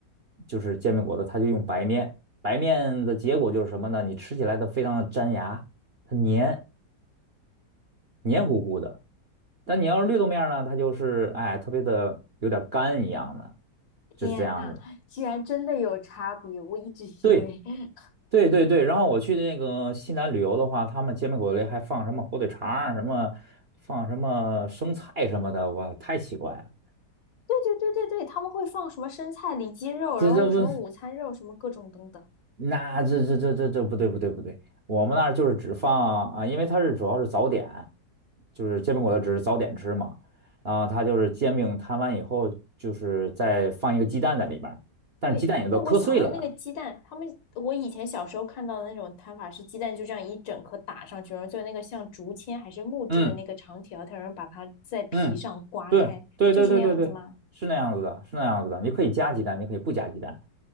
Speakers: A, on the right; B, on the left.
A: 就是煎饼果子，他就用白面，白面的结果就是什么呢？你吃起来它非常的粘牙，它黏黏糊糊的。但你要是绿豆面儿呢，它就是哎，特别的有点干一样的，
B: 天呐，
A: 就是这样的。
B: 居然真的有差别！我一直以为
A: 对
B: <laughs>
A: 对对对，然后我去那个西南旅游的话，他们煎饼果子里还放什么火腿肠儿，什么放什么生菜什么的，哇，太奇怪了。
B: 对对对对对，他们会放什么生菜、里脊肉，
A: 这这不，
B: 然后什么午餐肉，什么各种等等。
A: 那这这这这这不对不对不对，我们那儿就是只放啊，因为它是主要是早点，就是煎饼果子只是早点吃嘛，然后它就是煎饼摊完以后，就是再放一个鸡蛋在里边儿，但是鸡蛋也都磕碎了的。
B: 对，那我想问，那个鸡蛋，他们我以前小时候看到的那种摊法是鸡蛋就这样一整颗打上去，然后就那个像竹签还是木质的那个长条，
A: 嗯
B: 它然后把它在皮上刮开，
A: 嗯，对对对对对对，
B: 就是那样子吗？
A: 是那样子的，是那样子的。你可以加鸡蛋，你可以不加鸡蛋，